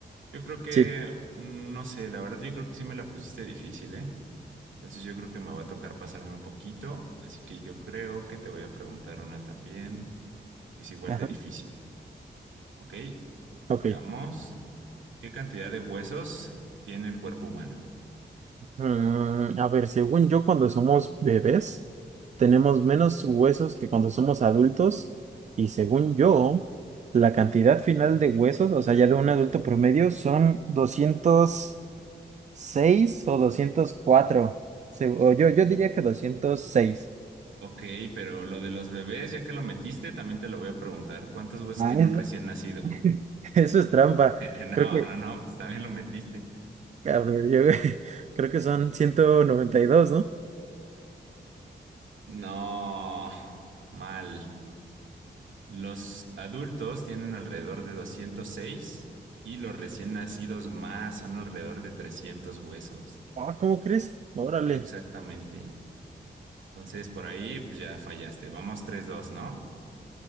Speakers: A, on the right; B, on the right.
A: Yo creo que,
B: Sí,
A: mm, no sé, la verdad yo creo que sí me la pusiste difícil, ¿eh? Entonces yo creo que me va a tocar pasarme un poquito, así que yo creo que te voy a preguntar una también, pues igual
B: ajá,
A: de difícil, ¿ok?
B: ok.
A: Veamos, ¿qué cantidad de huesos tiene el cuerpo humano?
B: Mm, a ver, según yo, cuando somos bebés, tenemos menos huesos que cuando somos adultos. Y según yo, la cantidad final de huesos, o sea, ya de un adulto promedio, son doscientos seis o 204. Se- o yo, yo diría que 206.
A: Ok, pero lo de los bebés, ya que lo metiste, también te lo voy a preguntar, ¿cuántos huesos
B: Ah,
A: tiene
B: es-
A: un recién nacido?
B: <laughs> eso es trampa.
A: <laughs> No,
B: Creo que,
A: no, no, pues también lo metiste.
B: a ver, yo- <laughs> creo que son ciento noventa y dos, ¿no?
A: No, mal. Los adultos tienen alrededor de 206 y los recién nacidos más son alrededor de 300 huesos.
B: Ah, ¿cómo crees? Órale.
A: Exactamente. Entonces, por ahí, pues ya fallaste. Vamos tres dos ¿no?